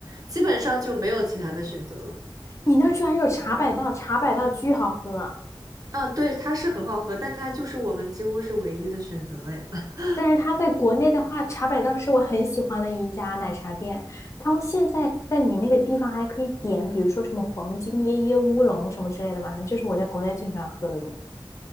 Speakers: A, on the right; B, on the left.
A: 基本上就没有其他的选择了。
B: 你那儿居然有茶百道，茶百道巨好喝。
A: 啊，对，它是很好喝，但它就是我们几乎是唯一的选择了呀。<laughs>
B: 但是它在国内的话，茶百道是我很喜欢的一家奶茶店。他们现在在你那个地方还可以点，比如说什么黄金椰椰乌龙什么之类的嘛，这是我在国内最喜欢喝的东西。